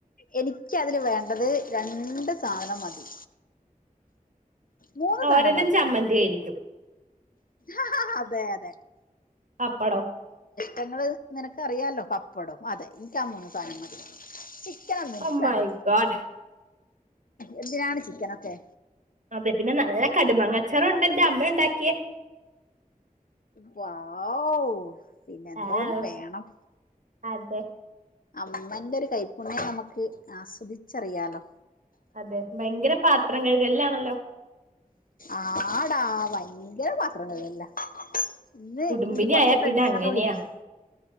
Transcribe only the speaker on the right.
തോരനും
ചമ്മന്തിയും ആയിരിക്കും
പപ്പടോ
ഓ മൈ
ഗോഡ്
അതെ. പിന്നെ നല്ല കടുമങ്ങച്ചാറുണ്ട് എൻറെ അമ്മ ഉണ്ടാക്കിയെ
വാവ്
അതെ
അതെ ഭയങ്കര പാത്രം കഴുകല്ലാണല്ലോ?
കുടുംബിനി
ആയാ
പിന്നെ അങ്ങനെയാ